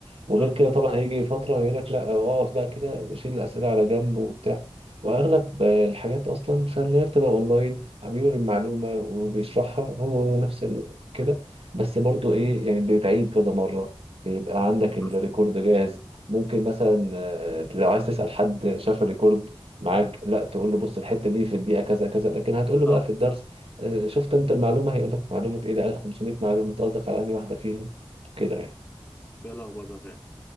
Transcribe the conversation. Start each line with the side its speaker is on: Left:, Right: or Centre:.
Right: وغير
Left: صح
Right: كده طبعا هيجي فترة ويقول لك لا اقف بقى كده شيل الأسئلة على جنب وبتاع وأغلب آه، الحاجات أصلا فاللي هي بتبقى أونلاين عم بيقول المعلومة وبيشرحها هو نفس ال- كده بس برضو إيه يعني بتعيد كذا مرة بيبقى عندك الريكورد
Left: حصل.
Right: جاهز ممكن مثلا آه، لو عايز تسأل حد شاف الريكورد معاك لا تقول له بص الحتة دي في الدقيقة كذا كذا لكن هتقول له
Left: صح
Right: بقى في الدرس
Left: صح
Right: آه، شفت أنت المعلومة هيقول لك معلومة إيه ده قال 500 معلومة أنت قصدك على أنهي واحدة فيهم كده يعني
Left: فيها لخبطه فعلا